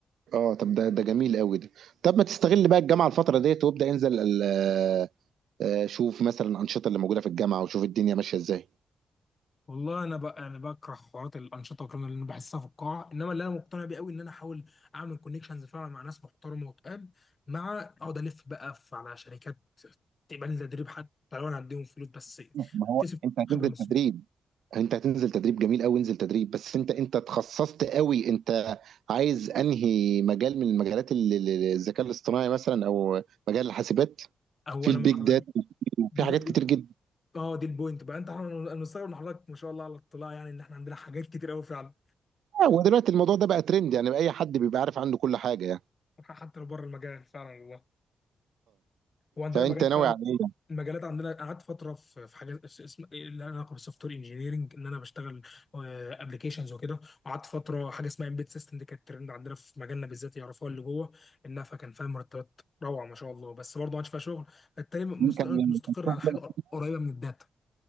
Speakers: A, on the right; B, on the left.
A: اه طب ده ده جميل قوي ده طب ما تستغل بقى الجامعه الفتره ديت وابدا انزل ال- آه، آه، شوف مثلا الانشطه اللي موجوده في الجامعه وشوف الدنيا ماشيه ازاي
B: والله انا بقى انا بكره حوارات الانشطه والكلام اللي انا بحسها في القاعه انما اللي انا مقتنع بيه قوي ان انا احاول اعمل كونكشنز فعلا مع ناس محترمه وتقال مع اقعد الف بقى في- على شركات تقبل لي تدريب حتى لو انا هديهم فلوس بس
A: ما
B: اكتسب
A: هو انت هتنزل
B: خبره من السوق
A: تدريب انت هتنزل تدريب جميل قوي انزل تدريب بس انت انت تخصصت قوي انت عايز انهي مجال من مجالات ال- ال- الذكاء الاصطناعي مثلا او مجال الحاسبات
B: هو
A: في
B: انا
A: البيج
B: مع دي
A: في حاجات
B: ف- دي-
A: كتير جدا
B: اه دي البوينت بقى انت انا مستغرب من حضرتك ما شاء الله على الاطلاع يعني ان احنا عندنا حاجات كتير قوي فعلا
A: آه، ودلوقتي الموضوع ده بقى ترند يعني بقى اي حد بيبقى عارف عنده كل حاجه يعني
B: حتى لو بره المجال فعلا والله هو عندنا
A: فانت
B: مجال
A: ناوي
B: فعلا
A: على ايه
B: المجالات عندنا قعدت فتره في في حاجه اس- اسم اللي لها علاقه بالسوفت وير انجينيرنج ان انا بشتغل ابلكيشنز وكده وقعدت فتره حاجه اسمها امبيد سيستم دي كانت ترند عندنا في مجالنا بالذات يعرفوها اللي جوه انها فكان فيها مرتبات روعه ما شاء الله بس برضه ما عادش فيها شغل فبالتالي مست-
A: يعني كان
B: أنت مستقر
A: كان شغل
B: على حاجه قريبه من الداتا